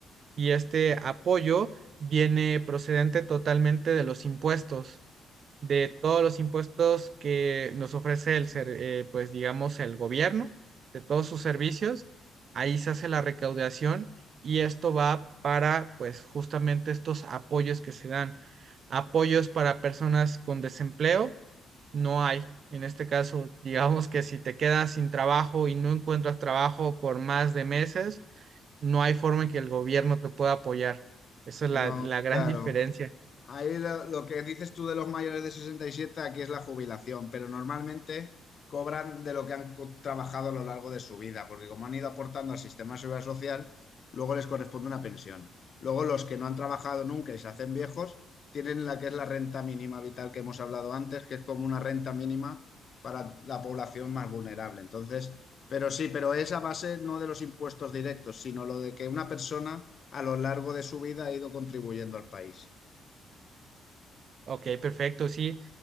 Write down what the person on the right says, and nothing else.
Y este apoyo viene procedente totalmente de los impuestos de todos los impuestos que nos ofrece el ser, eh, pues digamos, el gobierno, de todos sus servicios. Ahí se hace la recaudación y esto va para, pues, justamente estos apoyos que se dan. Apoyos para personas con desempleo, no hay. En este caso, digamos que si te quedas sin trabajo y no encuentras trabajo por más de meses, no hay forma en que el gobierno te pueda apoyar. Esa es
la, la gran
<laughs> diferencia.
Ok, perfecto, sí.